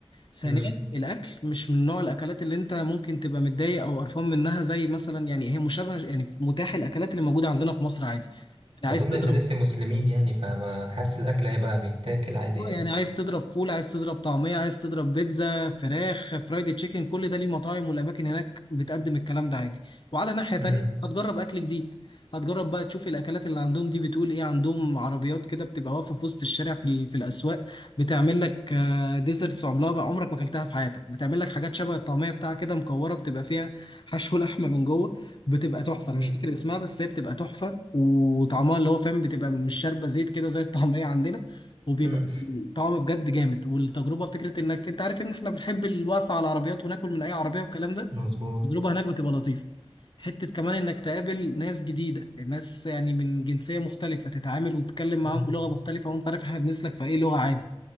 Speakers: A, on the left; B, on the right.
A: ثانيا
B: امم
A: الاكل مش من نوع الاكلات اللي انت ممكن تبقى متضايق او قرفان منها زي مثلا يعني هي مشابهه يعني متاح الاكلات اللي موجوده عندنا في مصر عادي يعني
B: اظن
A: عايز تضرب
B: اندونيسيا مسلمين يعني فما حاسس الاكل هيبقى بيتاكل عادي
A: آه،
B: يعني
A: يعني عايز تضرب فول عايز تضرب طعمية عايز تضرب بيتزا فراخ فرايد تشيكن كل ده ليه مطاعم والأماكن هناك بتقدم الكلام ده عادي وعلى ناحية تانية
B: امم
A: هتجرب أكل جديد هتجرب بقى تشوف الأكلات اللي عندهم دي بتقول إيه عندهم عربيات كده بتبقى واقفة في وسط الشارع في, ال- في الأسواق بتعمل لك آه، ديزرتس عمرها بقى عمرك ما أكلتها في حياتك بتعمل لك حاجات شبه الطعمية بتاعها كده مكورة بتبقى فيها حشو <laughs> لحمة من جوه بتبقى تحفة أنا
B: مم.
A: مش فاكر اسمها بس هي بتبقى تحفة وطعمها اللي هو فاهم بتبقى مش شاربة زيت كده زي الطعمية عندنا وبيبقى
B: مم.
A: طعم بجد جامد والتجربه فكره انك انت عارف ان احنا بنحب الوقفه على العربيات وناكل من اي عربيه والكلام ده
B: مظبوط
A: التجربه هناك بتبقى لطيفه حته كمان انك تقابل ناس جديده ناس يعني من جنسيه مختلفه تتعامل وتتكلم معاهم
B: مم.
A: بلغه مختلفه وانت عارف احنا بنسلك في اي لغه عادي